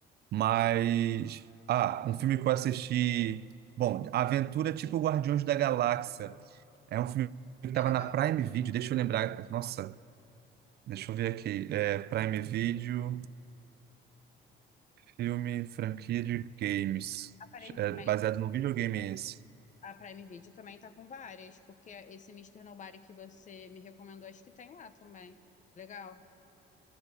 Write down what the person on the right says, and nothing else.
Mas, ah, um filme que eu assisti, bom, Aventura tipo Guardiões da Galáxia. É um filme que estava
na Prime Video, deixa eu lembrar. Nossa, Deixa eu ver aqui. É, Prime Video, filme, franquia de games.
É baseado no videogame esse.